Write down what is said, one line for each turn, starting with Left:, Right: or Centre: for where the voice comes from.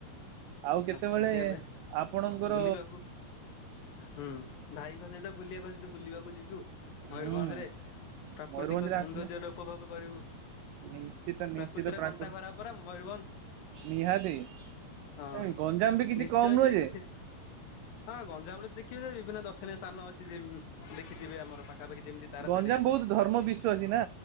Right: ଆଉ କେତେବେଳେ
Left: ଆଛା କେବେ
Right: ଆପଣଙ୍କର
Left: ବୁଲିବାକୁ ହୁଁ ଭାଇଙ୍କ ସହିତ ବୁଲିବାକୁ ଯଦି ବୁଲିବାକୁ ଯିବୁ
Right: ହୁଁ
Left: ମୟୂରଭଞ୍ଜରେ। ପ୍ରାକୃତିକ
Right: ମୟୂରଭଞ୍ଜରେ
Left: ସୌନ୍ଦର୍ଯ୍ୟର
Right: ଆସିଲେ
Left: ଉପଭୋଗ କରିବୁ।
Right: ନିଶ୍ଚିତ ନିଶ୍ଚିତ
Left: ପ୍ରାକୃତିର
Right: ପ୍ରାକୃ
Left: ଗନ୍ତା ଘରା ପରା ମୟୂରଭଞ୍ଜ
Right: ନିହାତି।
Left: ହଁ।
Right: ଗଞ୍ଜାମ ବି କିଛି
Left: ନିଶ୍ଚୟ
Right: କମ ନୁହେଁ
Left: ଯାଇକି
Right: ଯେ?
Left: ସେଠି ହଁ ଗଞ୍ଜାମରେ ଦେଖିବେ ବିଭିନ୍ନ ଦର୍ଶନୀୟ ସ୍ଥାନ ଅଛି ଦେଖିଥିବେ ଆମର ପାଖାପାଖି। ଯେମିତି ତାରାତାରିଣୀ।
Right: ଗଞ୍ଜାମ ବହୁତ ଧର୍ମ ବିଶ୍ଵାସୀ ନା।